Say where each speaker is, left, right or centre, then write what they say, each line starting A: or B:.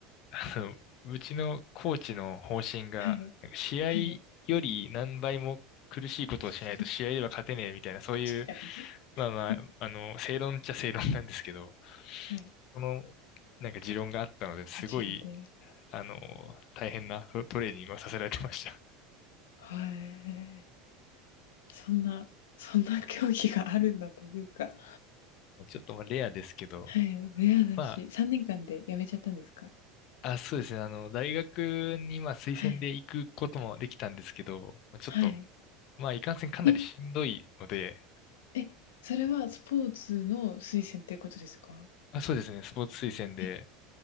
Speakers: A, on the left; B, on the left.
A: あの、うちのコーチの方針が、
B: はい。
A: なんか試合
B: はい。
A: より何倍も苦しいことをしないと試合では勝てねえみたいな、
B: <laughs> 確
A: そういう、
B: かに
A: まあまあ、
B: <laughs>。
A: あの、正論っちゃ正論なんですけど、
B: はい。
A: その、なんか持論があったので、すごい
B: もちろんで。
A: あの、大変なトレーニングをさせられてました。
B: はい。そんな、そんな競技があるんだというか。
A: <laughs> ちょっとまあレアですけど、
B: はい。レアだし、
A: ま
B: 3年間で辞めちゃったんですか
A: あ、あ、そうですね、あの、大学にまあ推薦で行くこともできたんですけど、
B: はい。
A: まあちょっと、
B: はい。
A: まあ、いかんせんかなりしんどいので、
B: え、え、それはスポーツの推薦ってことですか
A: まあ、そうですね、スポーツ推薦で
B: え、